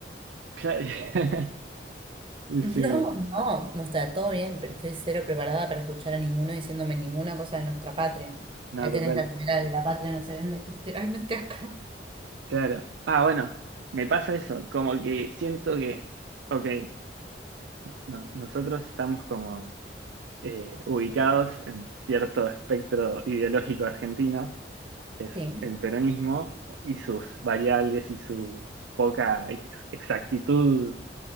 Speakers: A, on the right; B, on the right.
A: claro, <laughs> y
B: No.
A: sí,
B: No, no está todo bien, pero estoy cero preparada para escuchar a ninguno diciéndome ninguna cosa de nuestra patria.
A: no,
B: Ahí
A: total,
B: tenés la primera de la patria no se vende, <laughs> literalmente acá.
A: claro. Ah, bueno, me pasa eso, como que siento que, ok, no- nosotros estamos como eh, ubicados en cierto espectro ideológico argentino, que es
B: Sí,
A: el peronismo, y sus variables y su poca ex- exactitud